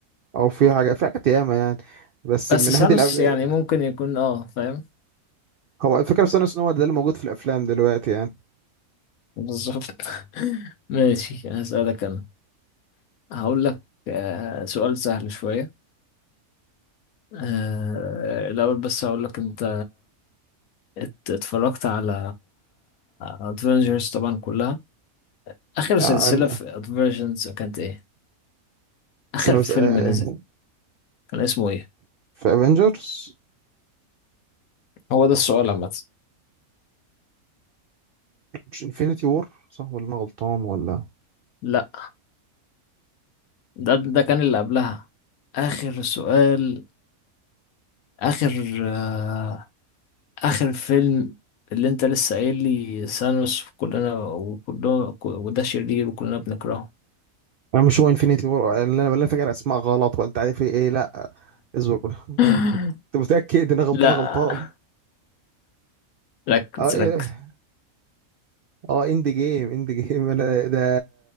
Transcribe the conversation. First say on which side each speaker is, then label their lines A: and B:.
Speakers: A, on the right; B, on the left.
A: او في حاجه في حاجات ياما يعني بس
B: بس
A: من
B: سانوس
A: ناحيه الأب...
B: يعني ممكن يكون اه فاهم
A: هو الفكره بس ان هو ده اللي موجود في الافلام دلوقتي يعني
B: بالظبط <laughs> ماشي هسألك انا هقول لك آه، سؤال سهل شوية آه، الاول بس هقول لك انت ات- اتفرجت على ادفنجرز طبعا كلها اخر سلسلة
A: عالم-
B: في ادفنجرز كانت ايه
A: بس
B: اخر
A: انا بس
B: فيلم
A: آه،
B: نزل كان اسمه ايه
A: في افنجرز
B: هو ده السؤال عامة
A: مش انفينيتي وور صح ولا انا غلطان ولا
B: لا ده ده كان اللي قبلها اخر سؤال اخر آه اخر فيلم اللي انت لسه قايل لي ثانوس وكلنا وكلنا وده شرير وكلنا بنكرهه
A: انا مش هو انفينيتي وور اللي انا ولا فاكر اسماء غلط ولا تعرف ايه لا اصبر <laughs> بقى.
B: <laughs>
A: انت متاكد ان انا غلطان
B: لا
A: أنا غلطان
B: ركز
A: اه إيه.
B: ركز
A: اه اند جيم اند جيم انا ده